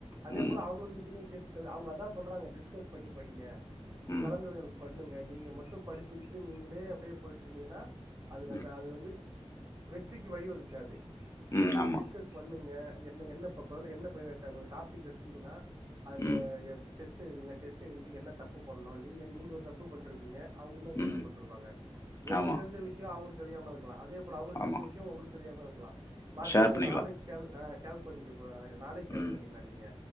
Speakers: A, on the right; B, on the left.
A: அதே
B: ம்.
A: போல அவுங்ககிட்டயு கேட்டு தெ அவுங்க அதா சொல்றாங்க டிஸ்கஸ் பண்ணி படிங்க
B: ம்.
A: கலந்துரைகள் பண்ணுங்க நீங்க மட்டு படிச்சுக்கிட்டு நீங்களே அப்டியே போய்ட்ருந்தீங்கன்னா அது நல்ல
B: ம்.
A: அது வந்து வெற்றிக்கு வழி வகுக்காது
B: ம்.
A: நீங்க
B: ஆமா.
A: டிஸ்கஸ் பண்ணுங்க என்ன என்ன இப்ப இப்ப வந்து என்ன இப்ப ஒரு டாபிக் எடுத்தீங்கின்னா அதுல
B: ம்.
A: எப்பிடி டெஸ்ட் எழுதுங்க டெஸ்ட் எழுதிட்டு என்ன தப்பு பண்ணு நீங்க நீங்க ஒரு தப்பு பண்ட்ருப்பீங்க அவுங்க இன்னோர்
B: ம்.
A: தப்பு பண்ட்ருப்பாங்க உங்களுக்கு
B: ஆமா,
A: தெரிஞ்ச விஷியோ அவுங்களுக்கு தெரியாம இருக்கலா அதே போல அவுங்களுக்கு
B: ஆமா.
A: தெரிஞ்ச விஷ்யோ உங்களுக் தெரியாம இருக்கலா மாத்தி
B: ஷேர்
A: மாத்தி
B: பண்ணிக்கலாம்.
A: ஒரு நாலேஜ் ஷேர் அ ஷேர் பண்ணிக்க <unintelligible> நாலேஜ் சேர்
B: ம்.
A: பண்ணிக்கிலா நீங்க